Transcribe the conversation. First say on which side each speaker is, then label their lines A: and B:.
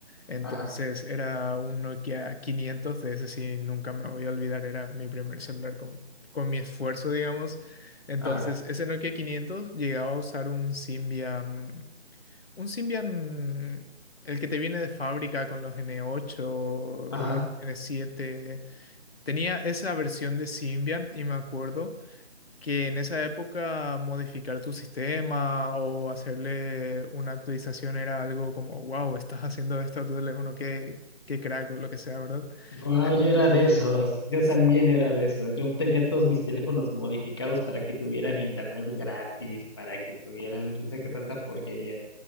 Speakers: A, on the left; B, on the left.
A: Entonces
B: ajá,
A: era un Nokia 500, de ese sí nunca me voy a olvidar, era mi primer celular con, con mi esfuerzo, digamos. Entonces
B: ajá,
A: ese Nokia 500 llegaba a usar un Symbian, un Symbian, el que te viene de fábrica con los N8,
B: ajá.
A: N7. Tenía esa versión de Symbian y me acuerdo que en esa época modificar tu sistema o hacerle una actualización era algo como, wow, estás haciendo esto a tu teléfono, qué, qué crack o lo que sea, ¿verdad?
B: Guau,
A: Eh,
B: yo era de esos. Yo
A: s-
B: también era de esos. Yo tenía todos mis teléfonos modificados para que tuvieran internet gratis, para que tuvieran quién sabe qué tanta porquería.